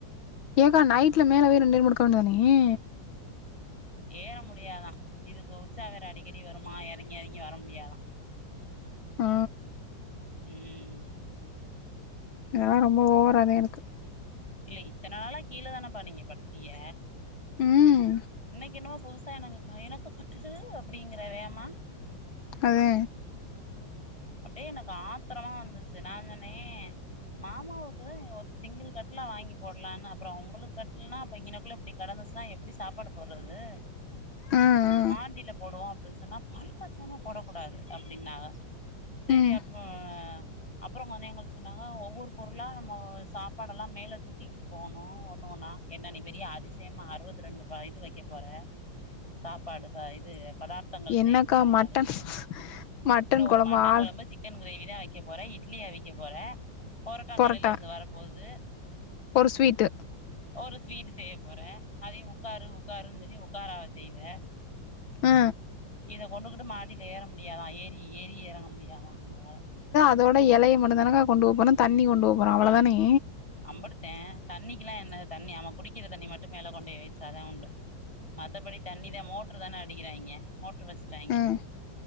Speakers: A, on the left; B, on the left.
A: ஏக்கா நைட்ல மேல போய் ரெண்டேரு படுக்க வேண்டியதானே
B: ஏற முடியாதா இதுக்கு உச்சா வேற அடிக்கடி வருமா எறங்கி எறங்கி வர முடியாதா
A: ஆ
B: ம்
A: இதெல்லா ரொம்ப ஓவராதே இருக்கு
B: இல்ல இத்தன நாளா கீழ தானப்பா நீங்க படுத்தீய
A: ம்
B: இன்னக்கி என்னமோ புதுஸ் சா எனக்கு எனக்கு கட்டுலு அப்டிங்கிற வேமா
A: அதே
B: அப்டியே எனக்கு ஆத்ரமா வந்துச்சி நா‌ஞ் சொன்னே மாமாவுக்குதே ஒத்த சிங்கிள் கட்லா வாங்கி போட்லான்னு அப்பறோ உங்களுக் கட்டுல்னா அப்ப இங்கெனக்குள்ள இப்டி கடந்து ஸ்னா எப்டி சாப்பாடு போட்றது
A: ஆ ஆ
B: மாடில போடுவோ அப்டின் சொன்னா பால் காச்சாம போடக் கூடாது அப்டின்னாக செரி
A: ம்
B: அப் ஆ அப்பறோ கொஞ் நேரொ கழிச்சி சொன்னாக ஒவ்வொரு பொருளா நம்மோ சாப்பாடல்லா மேல் ல தூக்கிக்கிட்டு போவணு ஒண்ணு ஒண்ணா என்ன நீ பெரிய அதிசயமா அறுவத்தி ரெண்டு வ இது வெக்கப் போற சாப்பாடு ப இது பதார்த்தங்கள்
A: என்னக்கா
B: செய்யப்போறாங்க
A: மட்டன்
B: அறுவத்ரெண்டு
A: மட்டன்
B: இன்னு ஒரு மட் டன்
A: ஆள்
B: கொழம்பு சிக்கன் க்ரேவிதா வெக்கப் போற இட்லி அவிக்க போற‌ பொரோட்டா
A: பொரட்டா
B: கடைலருந்து வரப் போது
A: ஒரு ஸ்வீட்டு
B: ஒரு ஸ்வீட்டு செய்யப் போற அதையு உக்காரு உக்காருன் சொல்லி உக்காராவ செய்வ
A: ஆ
B: இத கொண்டுக்குட்டு மாடியில ஏற முடியாதா ஏறி ஏறி எறங்க முடியாதா ம்மா
A: இதோட எலய மட்டுந்தானங்க கொண்டு போகபோறோ தண்ணி கொண்டு போகபோறோ அவளதானேங்க
B: அம்புட்டுத்தே தண்ணிக்குலா என்ன தண்ணி ஆமா குடிக்கிற தண்ணி மட்டு மேல கொண்டு போய் வைச்சாதா உண்டு மத்தபடி தண்ணிதே மோட்ரு தான அடிக்கிறாங்கெ மோட்ரு வச்சுட்டாங்கெ
A: ம்